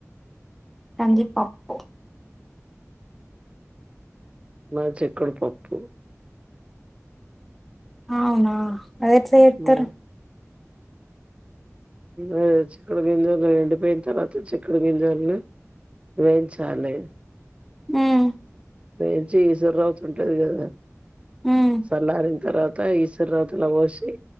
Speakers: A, in the centre; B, on the right.
A: కంది పప్పు
B: మాది చిక్కుడు పప్పు
A: అవునా అది ఎట్లా జేత్తరు
B: ఉమ్. అ చికుడు గింజాలు ఎండిపోయిన తర్వాత చిక్కుడు గింజాలని వేయించాలి
A: మ్మ్
B: వేచి ఈశ్వరావుత ఉంటది కదా
A: మ్
B: సల్లారిన తర్వాత ఇస్రదలా పోసి